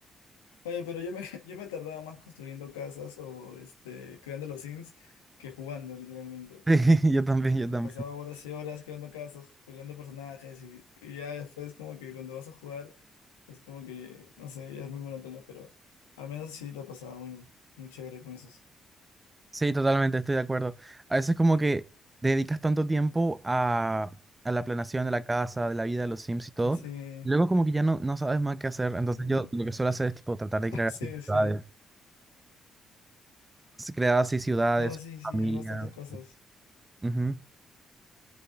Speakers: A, on the left (about 85°); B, on the right (about 25°).
A: Oye, pero yo me, <laughs> yo me tardaba más construyendo casas o este, creando los sims que jugando, literalmente.
B: <laughs> Sí, yo también, yo
A: Me
B: también.
A: pasaba horas y horas creando casos, creando personajes y, y ya después como que cuando vas a jugar es como que, no sé, ya es muy monótono, pero al menos sí lo pasaba muy, muy chévere con esos.
B: Sí, totalmente, estoy de acuerdo. A veces como que dedicas tanto tiempo a, a la planeación de la casa, de la vida de los Sims y todo,
A: Sí,
B: luego como que ya no, no sabes más qué hacer.
A: que-
B: Entonces
A: bueno,
B: yo lo que suelo hacer es tipo tratar de crear
A: <laughs> sí,
B: así ciudades,
A: sí.
B: s- crear así ciudades,
A: No, sí, sí,
B: familias.
A: hay bastantes cosas.
B: ujú.